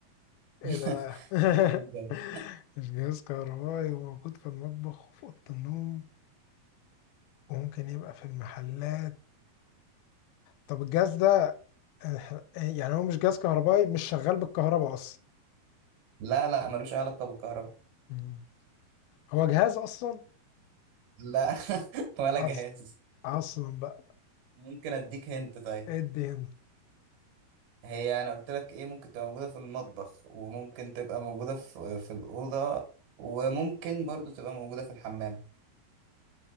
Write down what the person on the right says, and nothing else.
<laughs>
ده.
لا لا ملوش أي علاقة بالكهرباء
لا <laughs> ولا
جهاز
ممكن أديك هنت طيب
هي أنا قلت لك إيه ممكن تبقى موجودة في المطبخ وممكن تبقى موجودة في في الأوضة وممكن برضو تبقى موجودة في الحمام